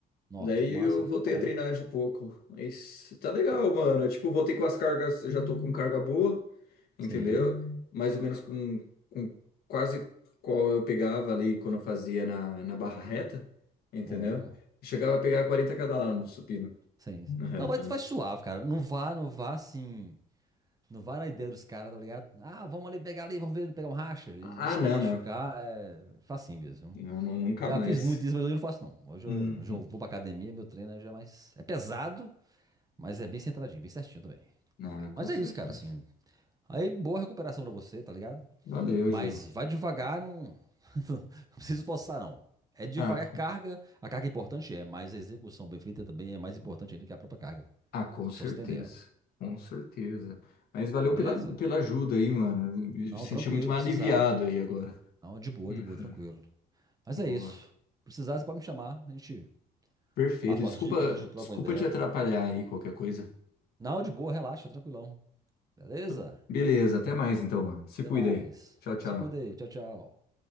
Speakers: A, on the right; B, on the left.
A: Nossa,
B: Daí
A: que massa.
B: eu voltei
A: Então tá bom.
B: a treinar de pouco. Mas tá legal,
A: É,
B: mano. Eu, tipo, voltei com as cargas, já tô com carga boa.
A: sim,
B: entendeu? Mais ou menos com, com quase qual eu pegava ali quando eu fazia na, na barra reta, entendeu?
A: bom.
B: Chegava a pegar 40 cada lá no supino,
A: Sim,
B: na
A: sim.
B: reta,
A: Não, vai, vai
B: né?
A: suave, cara. Não vá, não vá assim. Não vai na ideia dos caras, tá ligado? Ah, vamos ali pegar ali, vamos ver, pegar um racha. Isso
B: Ah, não,
A: pra machucar
B: não.
A: é facinho mesmo.
B: Não, não, nunca
A: Já
B: mais.
A: fiz muito isso, mas hoje eu não faço não. Hoje
B: Uhum.
A: eu, hoje eu vou pra academia, meu treino é já é mais... É pesado, mas é bem centradinho, bem certinho também.
B: Ah, com
A: Mas
B: certeza.
A: é isso, cara, assim. Aí, boa recuperação pra você, tá ligado?
B: Valeu,
A: Mas
B: Ju.
A: vai devagar, não, <laughs> não precisa forçar não. É devagar,
B: Ah,
A: é carga, a carga é importante é, mas a execução bem feita também é mais importante ainda que a própria carga.
B: ah, com
A: Só
B: certeza.
A: pra você entender, ó.
B: Com certeza. Mas valeu
A: beleza?
B: pela, pela ajuda aí, mano. Eu
A: Não,
B: Me senti
A: tranquilo,
B: muito mais
A: precisar,
B: aliviado aí agora.
A: Não, de boa,
B: Uhum.
A: de boa, tranquilo. Mas
B: Boa.
A: é isso. Precisar, você pode me chamar. A gente
B: Perfeito.
A: passa
B: Desculpa,
A: umas dicas, a gente troca
B: desculpa
A: uma ideia.
B: te atrapalhar aí qualquer coisa.
A: Não, de boa, relaxa, tranquilão. Beleza?
B: Tu- Beleza, até mais então, mano. Se
A: Até
B: cuida
A: mais.
B: aí. Tchau, tchau.
A: Se cuida aí. Tchau, tchau.